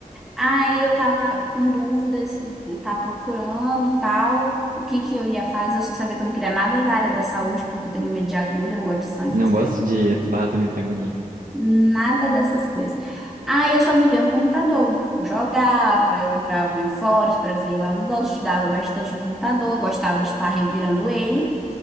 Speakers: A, in the centre; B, on the right.
A: Aí eu tava com dúvidas, eu tava procurando tal, o que que eu ia fazer. Eu só sabia que eu não queria nada da área da saúde, porque eu tenho medo de agulha, não gosto de sangue,
B: Não
A: essas
B: gosto
A: coisas.
B: de barro também tem agonia.
A: Nada dessas coisas. Aí eu só vivia no computador. Eu jogava, eu entrava em fóruns para ver lá o negócio, estudava bastante no computador, gostava de estar revirando ele.